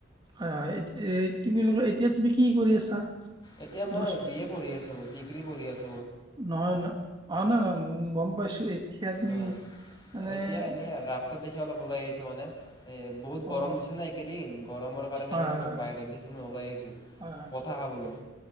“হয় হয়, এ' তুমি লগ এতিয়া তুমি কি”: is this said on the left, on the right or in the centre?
Right